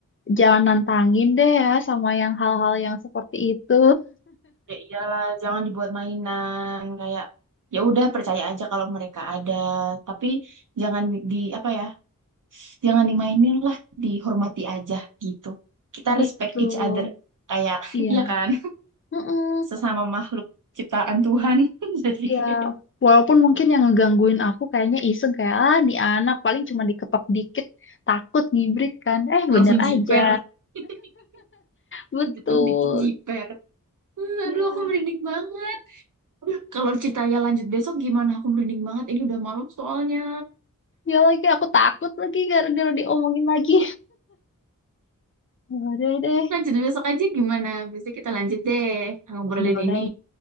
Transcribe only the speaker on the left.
jangan nantangin deh ya sama yang hal-hal yang seperti itu.
<laughs> Betul.
Iya.
Mm-mm.
Iya.
Walaupun mungkin yang ngegangguin aku kayaknya iseng kayak ah nih anak paling cuma diketok dikit takut ngibrit kan. Eh
bener
aja.
Betul.
Ya.
Ya lagi aku takut lagi gara-gara diomongin lagi. Boleh deh,
boleh.